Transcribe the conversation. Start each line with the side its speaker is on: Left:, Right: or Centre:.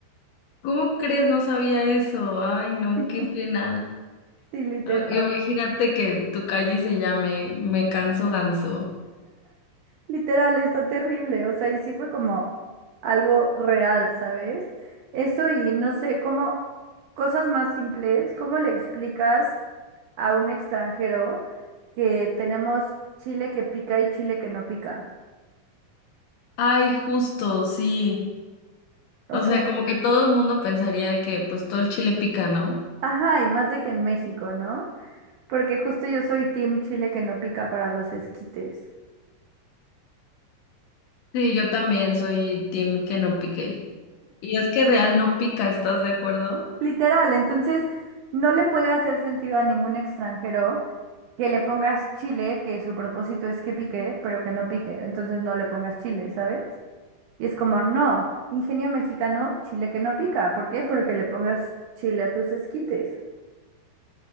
Left: ¿Cómo crees? No sabía eso. Ay, no,
Right: <laughs>
Left: qué pena.
Right: Sí, literal.
Left: Ah, Imagínate que tu calle se llame Me Canso Ganso.
Right: Literal, está terrible, o sea, y sí fue como algo real, ¿sabes? Eso y no sé, como cosas más simples, ¿cómo le explicas a un extranjero que tenemos chile que pica y chile que no pica?
Left: Ay, justo, sí.
Right: O
Left: O
Right: sea,
Left: sea, como que todo el mundo pensaría de que pues todo el chile pica, ¿no?
Right: ajá, y más de que en México, ¿no? Porque justo yo soy team chile que no pica para los esquites.
Left: Sí, yo también soy team que no pique. Y es que real no pica, ¿estás de acuerdo?
Right: Literal, entonces no le puede hacer sentido a ningún extranjero que le pongas chile, que su propósito es que pique, pero que no pique, entonces no le pongas chile, ¿sabes? Y es como, no, ingenio mexicano, chile que no pica, ¿por qué? Porque le pongas chile a tus esquites.